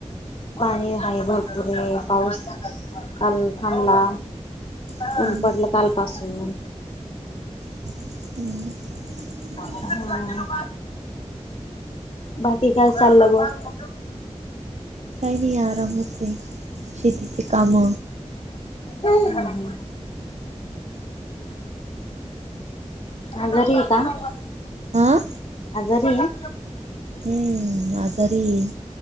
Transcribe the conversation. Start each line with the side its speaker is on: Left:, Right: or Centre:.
Left: पाणी आहे भरपूरे पाऊस काल थांबला.
Right: हं,
Left: उन पडलं कालपासून.
Right: हम <inaudible>
Left: हा, बाकी काय चालंय मग?
Right: काही नाही आरामच आहे, शेतीची काम-
Left: हम हा <unintelligible> आजारी आहे का,
Right: हां
Left: आजारी आहे?
Right: हम्म.. आजारी आहे.